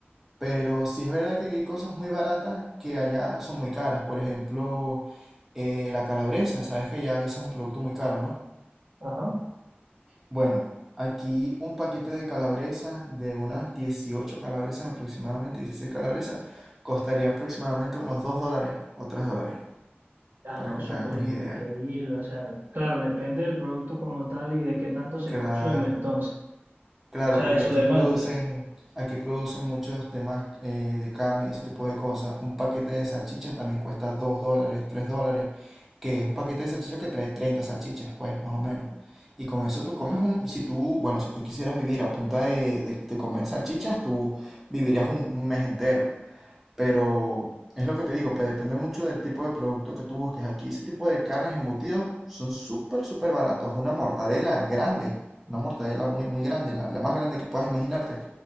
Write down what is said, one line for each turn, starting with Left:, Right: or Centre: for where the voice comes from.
Centre: Pero sí es verdad que aquí hay cosas muy baratas que allá son muy caras. Por ejemplo, eh, la calabresa. Sabes que allá eso es un producto muy caro, ¿no?
Right: Ajá.
Centre: Bueno, aquí un paquete de calabresas, de unas 18 calabresas aproximadamente, 16 calabresas, costaría aproximadamente unos 2 dólares o 3 dólares,
Right: Ah,
Centre: para
Right: no,
Centre: que
Right: súper
Centre: te hagas una
Right: increíble,
Centre: idea.
Right: o sea, claro, depende del producto como tal y de qué tanto se
Centre: Claro,
Right: consume, entonces,
Centre: Claro,
Right: o sea,
Centre: porque
Right: de su
Centre: aquí
Right: demanda.
Centre: producen, aquí producen muchos temas eh, de carne, ese tipo de cosas. Un paquete de salchichas también cuesta 2 dólares, 3 dólares, que es un paquete de salchichas que trae 30 salchichas, pues, más o menos. Y con eso tú comes un, si tú, bueno, si tú quisieras vivir a punta de, de- de comer salchichas, tú vivirías un, un mes entero. Pero es lo que te digo, pues depende mucho del tipo de producto que tú busques. Aquí ese tipo de carnes embutidos son súper, súper baratos. Una mortadela grande, una mortadela muy, muy grande, la, la más grande que puedas imaginarte,